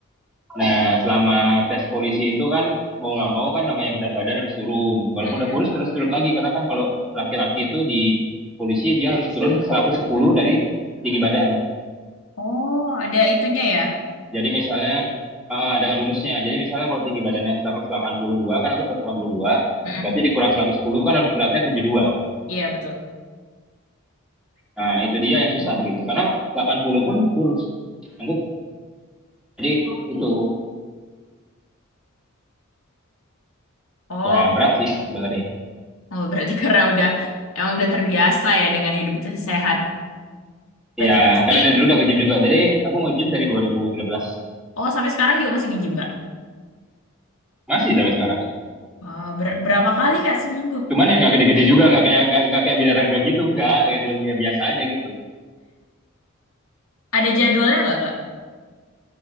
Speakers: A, in the centre; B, on the left (about 80°).
A: Nah, selama tes polisi itu kan mau nggak mau kan namanya berat badan harus turun. Walaupun
B: Mm-mm.
A: udah kurus harus turun lagi karena kan kalau laki-laki itu di polisi dia harus turun 110 dari tinggi badan.
B: Oh, ada itunya ya?
A: Jadi misalnya eh, ada rumusnya. Jadi misalnya kalau tinggi badannya 182, kan aku 182,
B: Mm-mm.
A: berarti dikurang 110 kan harus beratnya 72.
B: Iya, betul.
A: Nah, itu dia yang susah gitu. Karena 80 pun kurus. Aku, jadi itu
B: Oh,
A: ya berat sih sebenarnya.
B: oh, berarti karena udah, emang udah terbiasa ya dengan hidup sehat. Berarti
A: Ya,
B: pasti,
A: karena dari dulu udah nge-gym juga. Jadi aku nge-gym dari 2013.
B: oh sampai sekarang juga masih nge-gym, Kak?
A: Masih sampai sekarang.
B: Wah, ber- berapa kali, Kak, seminggu?
A: Cuman ya nggak gede-gede juga, nggak kayak nggak nggak kayak binaraga gitu, nggak gitu. Ya biasa aja gitu.
B: Ada jadwalnya nggak, Kak?